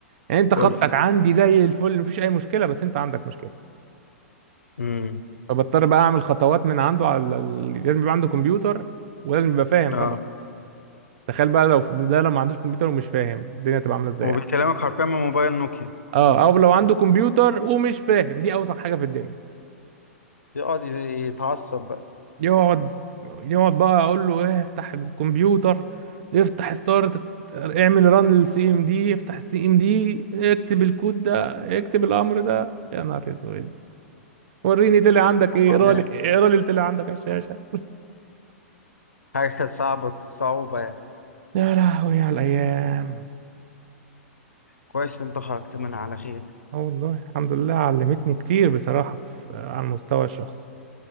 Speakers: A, on the right; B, on the left.
A: يعني انت خطك
B: قول
A: عندي زي الفل مفيش اي مشكله بس انت عندك مشكله
B: امم
A: فبضطر بقى اعمل خطوات من عنده على ال... لازم يبقى عنده كمبيوتر ولازم يبقى فاهم
B: اه
A: طبعا تخيل بقى لو ده لو ما عندوش كمبيوتر ومش فاهم الدنيا تبقى عامله ازاي
B: وبيكلمك
A: يعني؟
B: حرفيا من موبايل نوكيا
A: اه او لو عنده كمبيوتر ومش فاهم دي اوسخ حاجه في الدنيا
B: يقعد يتعصب بقى
A: يقعد يقعد بقى اقول له ايه افتح الكمبيوتر افتح ستارت اعمل ران للسي ام دي افتح السي ام دي اكتب الكود ده اكتب الامر ده يا نهار اسود وريني طلع عندك
B: هو
A: ايه
B: معناه
A: اقرا لي اقرا لي اللي طلع عندك على الشاشه
B: حاجة صعبة الصعوبة يعني
A: يا لهوي على الايام
B: كويس إن أنت خرجت منها على خير
A: اه والله الحمد لله علمتني كتير بصراحه في على المستوى الشخصي